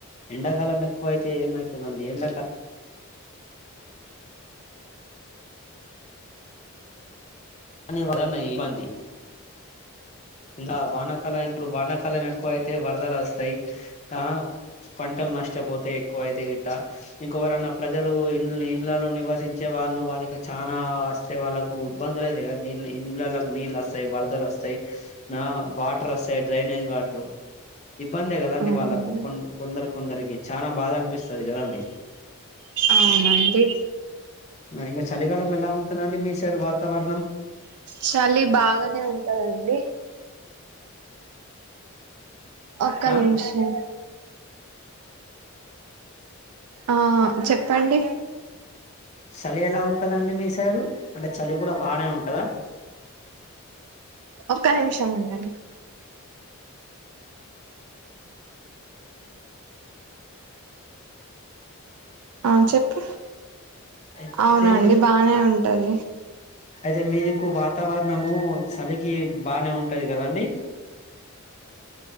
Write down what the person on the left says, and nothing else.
ఎండాకాలం ఎక్కువైతే ఏమవుతుందండి ఎండకాలం నీ వలన ఇబ్బంది ఇంకా వానాకాలం ఇప్పుడు వానాకాలం ఎక్కువ అయితే వరదలు వస్తాయి ఆ పంటలు నష్టపోతాయి ఎక్కువైతే గిట్టా ఇంకొవరన్నా ప్రజలు ఇ ఇళ్ళలో నివసించే వాళ్ళు వాళ్ళకి చానా వస్తాయి వాళ్ళకు ఇబ్బందులు అయిత కదా నీళ్ళ ఇళ్ళకి నీళ్ళు వస్తాయి వరదలు వస్తాయి నా వాటర్ వస్తాయి డ్రైనేజ్ వాటరు ఇబ్బంది కదండి
వాళ్ళలకు కొ కొందరు కొందరికి చానా బాధ అనిపిస్తుంది కదండి
ఇంకా చలికాలం ఎలా ఉంటుందండి మీ సైడ్ వాతావరణం
ఆ
చలి ఎలా ఉన్ కదండి మీసైడు అంటే చలి కూడా బానే ఉంటందా
అయితే
జ మీ వాతావరణము చలికి బానే ఉం ఉంటది కదండీ